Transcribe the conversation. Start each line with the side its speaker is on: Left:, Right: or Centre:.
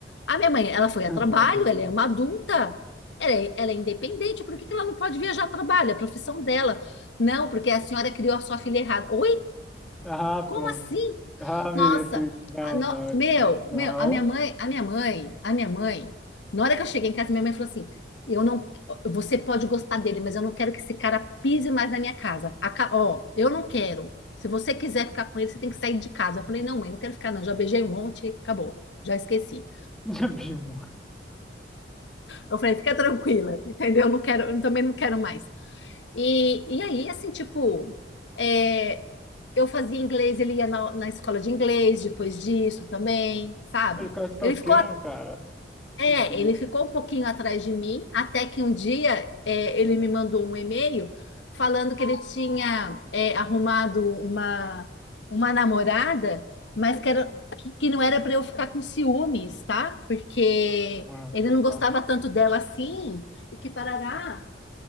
Left: A minha mãe, ela foi
Centre: <laughs>
Left: a trabalho,
Centre: Oh, meu Deus.
Left: ela é uma adulta, ela é, ela é independente, por que, que ela não pode viajar a trabalho? É a profissão dela. Não, porque a senhora criou a sua filha errada. Oi?
Centre: Ah,
Left: Como
Centre: pronto.
Left: assim?
Centre: Ah, mereço
Left: Nossa,
Centre: isso. Não,
Left: a no-
Centre: não, é
Left: meu,
Centre: possível. Não.
Left: meu, a minha mãe, a minha mãe, a minha mãe, na hora que eu cheguei em casa, minha mãe falou assim: Eu não, você pode gostar dele, mas eu não quero que esse cara pise mais na minha casa. Aca- Ó, eu não quero. Se você quiser ficar com ele, você tem que sair de casa. Eu falei: Não, mãe, não quero ficar, não. Já beijei um monte, acabou. Já esqueci.
Centre: <laughs> Já vi um.
Left: Eu falei: Fica tranquila, entendeu? Eu não quero, eu também não quero mais. E, e aí, assim, tipo, é, eu fazia inglês, ele ia na, na escola de inglês depois disso também, sabe?
Centre: Mas o cara tá tosqueando,
Left: Ele ficou, a-
Centre: cara.
Left: é,
Centre: Meu Deus.
Left: ele ficou um pouquinho atrás de mim, até que um dia é, ele me mandou um e-mail falando que ele tinha é, arrumado uma, uma namorada, mas que, era, que que não era para eu ficar com ciúmes, tá? Porque
Centre: Ah,
Left: ele
Centre: meu
Left: não
Centre: pai.
Left: gostava tanto dela assim, e que parará.